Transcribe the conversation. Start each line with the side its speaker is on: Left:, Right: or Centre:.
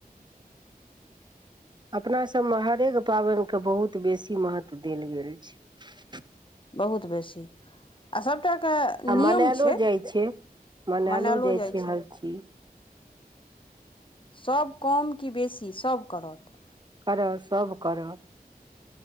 Right: अपनासभमे हरेक पाबनिके बहुत बेसी महत्व देल गेल छै।
Left: बहुत बेसी, आ सब सबटाके
Right: आ
Left: नियम
Right: मनायलो
Left: छै,
Right: जाइ छै मनायलो
Left: मनैलो जाइ छै।
Right: हर चीज
Left: सब कम के बेसी, सब करत।
Right: करत, सभ करत।